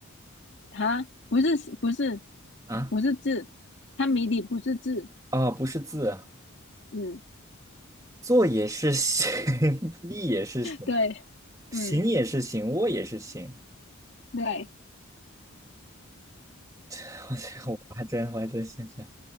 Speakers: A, on the left; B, on the right.
A: 哈，不是不是
B: 啊，
A: 不是字，它谜底不是字，
B: 哦，不是字，
A: 嗯，
B: 坐也是行，<laughs> 立也是行，
A: 对，
B: 行也是行，
A: 嗯
B: 卧也是行。
A: 对，
B: <laughs> 我这个我还真我还真想想，